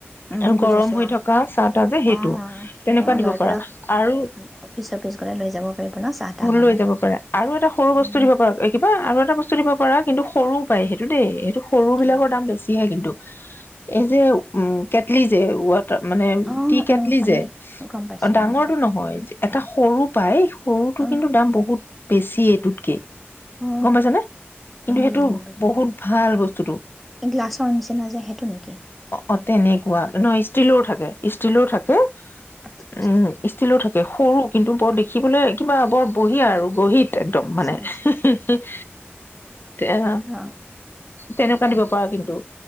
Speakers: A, in the centre; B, on the left.
A: উম
B: আৰু
A: বুজিছো
B: গৰম হৈ থকা চাহ-তাহ যে, সেইটো।
A: অ অ
B: তেনেকুৱা
A: তেওঁৰ
B: দিব
A: ল'ৰাটোৱে
B: পাৰা, আৰু,
A: অফিচ চফিচ গ'লে লৈ যাব পাৰিব ন চাহ তাহ বনাই
B: লৈ যাব পাৰে। আৰু এটা সৰু বস্তু
A: উম
B: দিব পাৰা, কিবা আৰু <unintelligible> এটা বস্তু দিব পাৰ কিন্তু সৰু পায়, সেইটো দেই। সেইটো সৰু
A: কেনেকুৱা
B: বিলাকৰ দাম বেছিহে কিন্তু। এই যে, উম, কেটলি যে, ৱা <unintelligible> মানে
A: অ
B: টি-কেটলি
A: অ পানী
B: যে,
A: গম পাইছো
B: অ', ডাঙৰটো নহয়। যে এটা সৰু পাই সৰুটো
A: অ
B: কিন্তু দাম বহুত। বেছি এইটোতকে
A: অ
B: গম পাইছানে, কিন্তু
A: অ
B: সেইটো
A: বুজিলো বুজিলো
B: বহুত ভাল বস্তুটো।
A: গ্লাছৰ নিচিনা যে সেইটো নেকি
B: অ', অ', তেনেকুৱা, নহয় ষ্টিলৰ থাকে, ষ্টিলো থাকে।
A: আচ্ছা আচ্ছা
B: উম, ষ্টিলো থাকে। সৰু কিন্তু, বৰ দেখিবলৈ কিবা বৰ <unintelligible> আৰু <unintelligible> একদম
A: আচ্ছা
B: মানে, <unintelligible>
A: আচ্ছা
B: আহ,
A: অ
B: তেনেকুৱা দিব পাৰা কিন্তু।